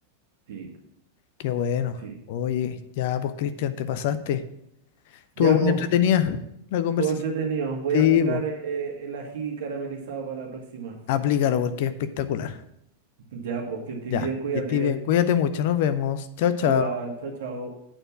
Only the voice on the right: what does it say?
Sí,
sí.
Ya, pues,
todo entretenido. Voy
a aplicar
eh, el ají caramelizado para la próxima.
Ya, pues que estés
bien, cuídate.
Igual, chao, chao.